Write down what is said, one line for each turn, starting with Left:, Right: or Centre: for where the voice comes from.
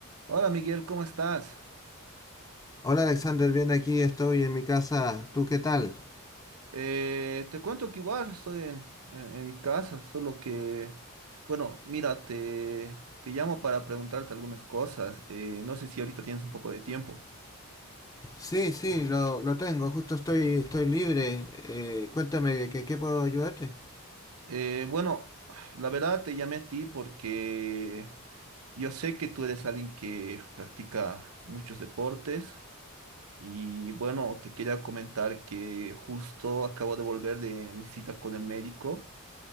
Right: Hola Miguel, ¿cómo estás?
Left: Hola Alexander, bien aquí, estoy en mi casa. ¿Tú qué tal?
Right: Eh, te cuento que igual estoy en, en- en mi casa, solo que, bueno, mira, te, te llamo para preguntarte algunas cosas. eh, no sé si ahorita tienes un poco de tiempo.
Left: Sí, sí, lo, lo tengo, justo estoy, estoy libre. Eh, cuéntame, ¿qué, ¿qué puedo ayudarte?
Right: Eh, bueno, la verdad te llamé a ti porque yo sé que tú eres alguien que practica muchos deportes y bueno, te quería comentar que justo acabo de volver de mi cita con el médico.